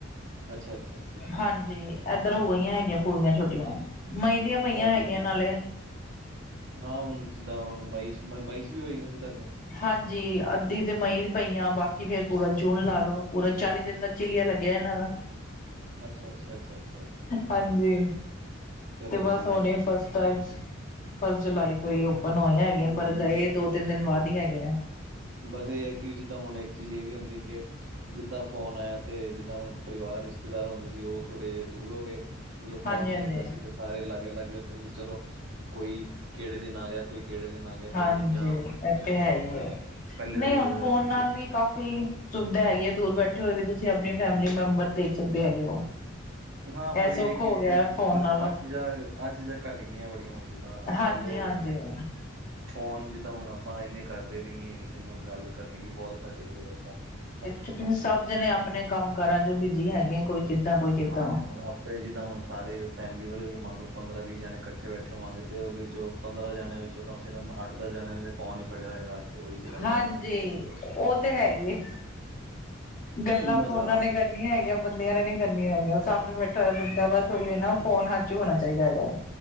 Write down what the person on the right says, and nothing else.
ਅੱਛਾ, ਅੱਛਾ। ਅੱਛਾ
ਹਾਂਜੀ
ਹਾਂਜੀ
ਹਾਂ ਹੁਣ ਜਿੱਦਾਂ ਮਈਚ਼ ਮਈਚ਼ ਵੀ ਹੋਈ ਅਸੀ ਤੁਹਾਡੇ?
ਅੱਛਾ ਅੱਛਾ ਅੱਛਾ ਅੱਛਾ ਅੱਛਾ
ਚਲੋ
ਵਧੀਆ
ਵਧੀਆ
ਹਮ
ਬਸ ਇਹ ਹੈ ਕਿ ਜਿੱਦਾਂ ਹੁਣ ਇੱਕ ਚੀਜ਼ ਇਹ ਵੀ ਹੁੰਦੀ ਕਿ ਜਿੱਦਾਂ ਫੋਨ ਆਇਆ ਤੇ ਜਿੱਦਾਂ ਹੁਣ ਪਰਿਵਾਰ ਰਿਸ਼ਤੇਦਾਰ ਹੁੰਦੇ ਸੀ ਉਹ ਥੋੜੇ ਜਿਹੇ ਦੂਰ ਹੋ ਗਏ ਜਦੋਂ ਫੋਨ
ਨੀ
ਹੁੰਦਾ ਸੀ ਤੇ ਸਾਰੇ ਲਾਗੇ ਲਾਗੇ ਉੱਦੇ ਸੀ ਚਲੋ ਕੋਈ ਕਿਹੜੇ ਦਿਨ ਆ ਗਿਆ ਕੋਈ ਕਿਹੜੇ ਦਿਨ ਆ ਗਿਆ ਪਹਿਲੇ
ਚੀਜ਼ਾਂ ਆਹ ਹੁੰਦੀਆਂ ਸੀ
ਬੜੀ
ਪਹਿਲੇ
ਤੇ ਲ-
ਅਹ
ਹੁੰਦੀ-
ਹਾਂ ਪਰ ਇਹ
ਕੀ
ਪਰ
ਆਹ ਚੀਜ਼ਾਂ ਆਹ ਚੀਜ਼ਾਂ ਘੱਟ ਗਈਆਂ ਬੜੀਆਂ ਹੁਣ ਜਿੱਦਾਂ
ਪੈਲੇ
ਫੋਨ ਜਿੱਦਾਂ ਹੁਨ ਆਪਾਂ ਇੰਨੇ ਕਰਦੇ ਵੀ ਨੀ ਐ ਕਿਸੇ ਨੂੰ ਗੱਲ ਕਰਨੀ ਵੀ ਬੋਤ ਘਟ ਗਈ ਐ ਲੋਕਾਂ ਨਾਲ।
ਹਾਂ ਹੁਨ ਆਪੇ ਜਿੱਦਾਂ ਹੁਨ ਸਾਰੇ ਫੈਮਿਲੀ ਵਾਲੇ ਵੀ ਮੰਨ ਲੋ ਪੰਦਰਾਂ ਵੀਹ ਜਾਨੇ ਕੱ- ਕੱਠੇ ਬੈਠੇ ਹੋਵਾਂਗੇ ਤੇ ਓਦੇ ਵਿੱਚੋਂ ਪੰਦਰਾਂ ਜਾਨੇਆਂ ਵਿੱਚੋਂ ਕਮ ਸੇ ਕਮ ਅੱਠ ਦਸ ਜਾਨੇਆਂ ਨੇ ਫੋਨ ਈ ਫੜੇਆ ਹੋਏਗਾ। ਚ ਉਹੀ ਚਲਾਈ
ਜਾਣਗੇ ਚਲਾਈ ਜਾਣ
ਬਸ
ਆਹ